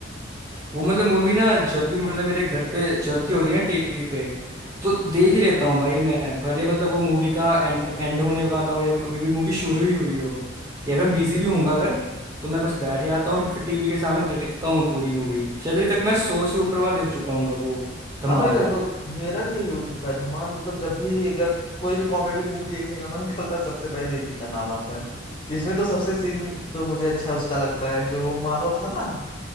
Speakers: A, on the right; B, on the left.
A: वो मतलब मूवी ना जब भी मतलब मेरे घर पे चलती होती है ना टीवी पे तो देख ही लेता हूँ भाई मैं भले मतलब वो मूवी का एंड एंड होने वाला हो या फिर अभी भी मूवी शुरू ही हुई हो या फिर मैं बिजी भी हूँगा अगर तो मैं बस बैठ जाता हूँ फिर टीवी के सामने देखता हूँ पूरी मूवी शायद अभी तक मैं सौ से ऊपर बार देख चुका हूँ वो धमाल
B: हाँ भाई लगभग मेरा भी यही हो चुका है धमाल मतलब जब भी अगर कोई भी कॉमेडी मूवी देखने का मन <laughs> करता है सबसे पहले इसी का नाम आता है इसमें तो सबसे सीन तो मुझे अच्छा उसका लगता है जो वो मानव था ना